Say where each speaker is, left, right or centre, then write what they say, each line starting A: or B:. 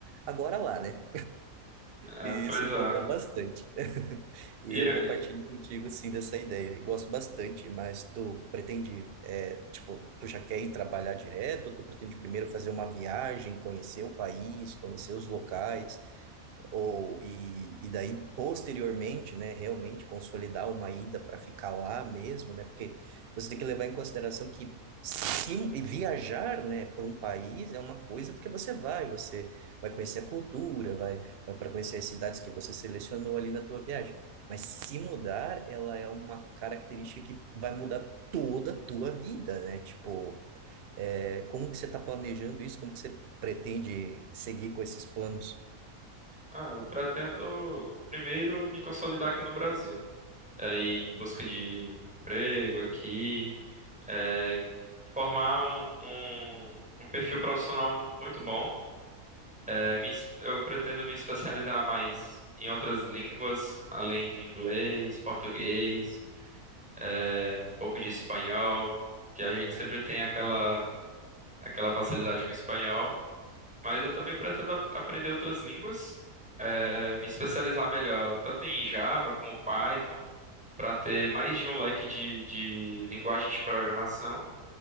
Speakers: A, on the right; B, in the centre.
A: agora lá, né?
B: É,
A: E
B: pois
A: isso
B: é.
A: conta bastante. <laughs> E
B: E
A: eu
B: eu-
A: compartilho contigo, sim, dessa ideia. E gosto bastante, mas tu pretende, é, tipo, tu já quer ir trabalhar direto? Tu pretende primeiro fazer uma viagem, conhecer o país, conhecer os locais? Ou, e, e daí, posteriormente, né, realmente consolidar uma ida para ficar lá mesmo, né, porque você tem que levar em consideração que se, e viajar, né, para um país é uma coisa porque você vai, você vai conhecer a cultura, vai, para conhecer as cidades que você selecionou ali na tua viagem. Mas se mudar, ela é uma característica que vai mudar toda a tua vida, né, tipo, é, como que você está planejando isso? Como que você pretende seguir com esses planos?
B: ah, eu pretendo primeiro me consolidar aqui no Brasil, é, ir em busca de emprego aqui. é, formar um, um, um perfil profissional muito bom. É, me es- eu pretendo me especializar mais em outras línguas, além de inglês, português, é, um pouco de espanhol, que a gente sempre tem aquela, aquela facilidade com espanhol. Mas eu também pretendo ap- aprender outras línguas, é, me especializar melhor, tanto em Java como Python, para ter mais de um leque de, de linguagens de programação.